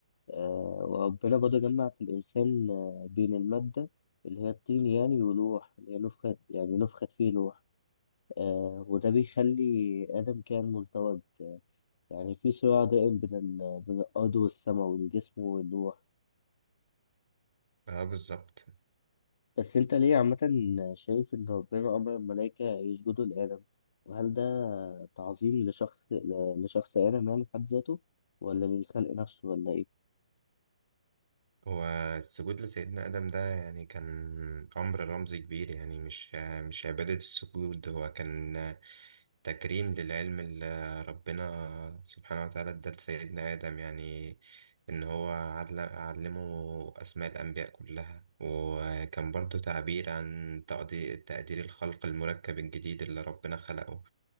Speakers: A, on the left; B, on the right.
A: آه وربنا برضه جمع في الإنسان آه بين المادة اللي هي الطين يعني والروح اللي هي نفخت يعني نفخت فيه الروح آه وده بيخلي آدم كائن ملتوج يعني في صراع دائم بين ال- بين الأرض والسماء والجسم والروح
B: اه بالظبط
A: بس أنت ليه عامة شايف إن ربنا أمر الملائكة يسجدوا لآدم وهل ده تعظيم لشخص ل- لشخص آدم يعني في حد ذاته ولا للخلق نفسه ولا إيه؟
B: والسجود لسيدنا آدم ده يعني كان أمر رمزي كبير يعني مش مش عبادة السجود هو كان تكريم للعلم اللي ربنا سبحانه وتعالى ادى لسيدنا آدم يعني إن هو عل- علمه أسماء الأنبياء كلها وكان برضو تعبير عن تقدير تقدير الخلق المركب الجديد اللي ربنا خلقه